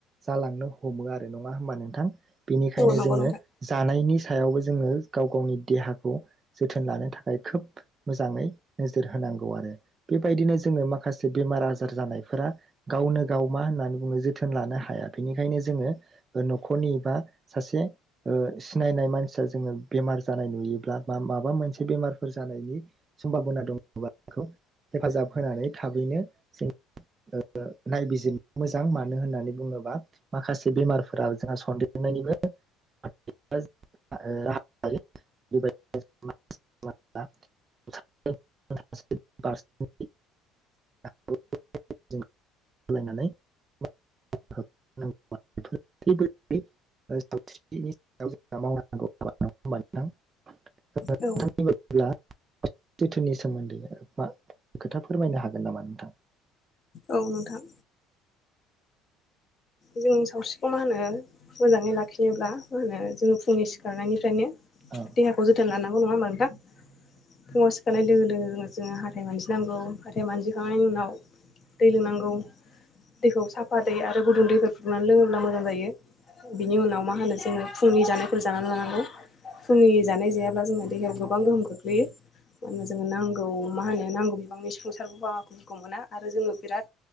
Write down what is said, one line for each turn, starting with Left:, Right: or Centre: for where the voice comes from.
Right: जालांनो हमो आरो नङा होमबा नोंथां। बिनिखायनो
Left: औ नंगौ नोंथां उम औ नंगौ
Right: जोङो
Left: नोंथां
Right: जानायनि सायावबो जोङो गाव गावनि देहाखौ जोथोन लानो थाखाय खोब मोजाङै नोजोर होनांगौ आरो बेबायदिनो जोङो माखासे बेमार आजार जानायफोरा गावनो गाव मा होननानै बुङो जोथोन लानो हाया बेनिखायनो जोङो न'खरनि बा सासे ओ सिनायनाय मानसिया जोङो बेमार जानाय नुयोब्ला बा माबा मोनसे बेमारफोर जानायनि समभाबना दङबा बेखौ हेफाजाब होनानै थाबैनो जों ओ नायबिजिरनो मोजां मानो होननानै बुङोबा माखासे बेमारफोरा जोंहा सनन्देरनायनिबो <unintelligible> <unintelligible> ओ सावस्रिनि सायाव <unintelligible>
Left: औ।
Right: नोंथांनि बायदिब्ला जोथोननि सोमोन्दै मा खोथा फोरमायनो हागोन नामा नोंथां।
Left: औ नोंथां। जों सावस्रिखौ मा होनो मोजाङै लाखिनोब्ला मा होनो जोङो फुंनि सिखारनायनिफ्रायनो
Right: औ
Left: देहाखौ जोथोनलाना नंगौ नङाहोनबा नोंथां फुंआव सिखारनाय लोगो-लोगो जोङो हाथाय मानजिनांगौ हाथाय मानजिखांनायनिउनाव दै लोंनांगौ दैखौ साफा दै आरो गुदुं दै। फुदुंनानै लोङोब्ला मोजां जायो बिनि उनाव मा होनो जोङो फुंनि जानायफोर जानानै लानांगौ फुंनि जानाय जायाब्ला जोङो देहायाव गोबां गोहोम खोख्लैयो मानो होनबा जोङो नांगौ मा होनो नांगौ बिबांनि सफुंसार बाहागोफोरखौ मोना आरो जोङो बिराद